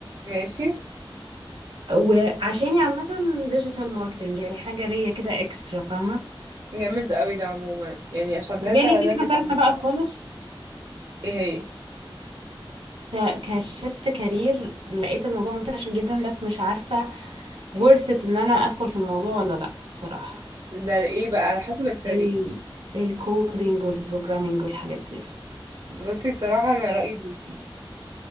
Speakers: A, on the right (about 50°); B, on the right (about 70°).
A: ماشي
B: وعشاني عامه ديجيتال ماركتنج يعني حاجه ليا كده اكسترا فاهمه
A: جامد قوي ده عموما يعني اشجعك
B: وجالي
A: على
B: فكره
A: ده جدا
B: ثالثه
A: بصراحة
B: بقى خالص
A: ايه هي
B: فكشفت كارير لقيت الموضوع منتشر جدا بس مش عارفة ورثة ان انا ادخل في الموضوع ولا لا الصراحة
A: ده ايه بقى على حسب الكارير
B: ال... الكودينج والبروجرامينج والحاجات دي
A: بصي صراحة انا رأيي دوسي